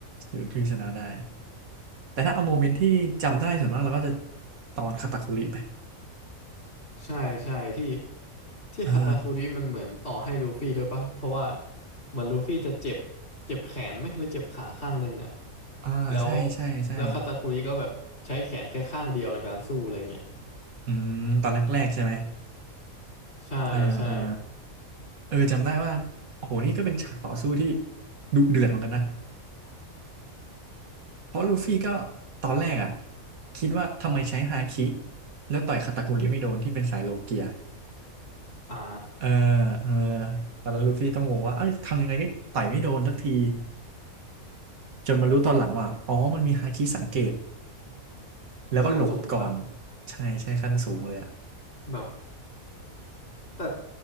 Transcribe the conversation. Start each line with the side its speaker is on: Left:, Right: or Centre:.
Right: หรือที่ชนะได้แต่ถ้าเอาโมเมนต์ที่จำได้ส่วนมากเราก็จะตอนคาตาคุริไป
Left: ใช่ใช่ที่ที่คาตาคุริมันเหมือนต่อให้ลูฟี่ด้วยปะ
Right: อ่า
Left: เพราะว่าเหมือนลูฟี่จะเจ็บเจ็บแขนไหมหรือเจ็บขาข้างหนึ่งอ่ะ
Right: อ่าใช่ใช่ใช่
Left: แล้วแล้วคาตาคุริก็แบบใช้แขนแค่ข้างเดียวในการสู้อะไรเงี้ย
Right: อืมตอนแรกๆใช่ไหม
Left: ใช่ใช่
Right: อ่าอ่าเออจำได้ว่าโอ้โหนี่ก็เป็นฉากต่อสู้ที่ดุเดือดเหมือนกันนะ เพราะลูฟี่ก็ตอนแรกอ่ะคิดว่าทำไมใช้ฮาคิแล้วต่อยคาตาคุริไม่โดนที่เป็นสายโลเกีย
Left: อ่า
Right: เออเออตอนนั้นลูฟี่ก็งงว่าเอ้ยทำยังไงก็ต่อยไม่โดนสักทีจนมารู้ตอนหลังว่าอ๋อมันมีฮาคิสังเกตแล้วก็หลบก่อน
Left: ขั้นสูงปะ
Right: ใช่ใช่ขั้นสูงเลยอ่ะ
Left: แบบแต่